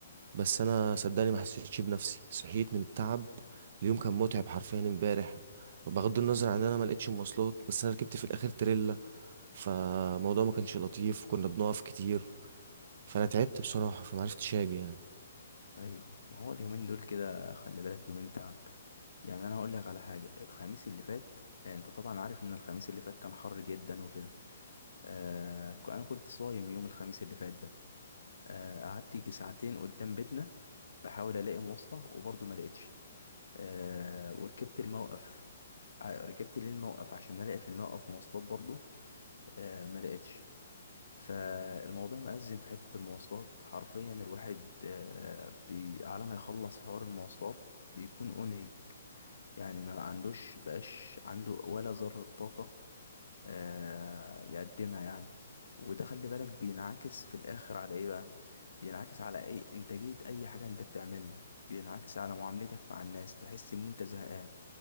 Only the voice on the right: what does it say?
بس انا صدقني ما حسيتش بنفسي صحيت من التعب اليوم كان متعب حرفيا امبارح بغض النظر عن ان انا ما لقيتش مواصلات بس انا ركبت في الاخر تريلا فالموضوع ما كانش لطيف وكنا بنقف كتير فانا تعبت بصراحة فما عرفتش اجي يعني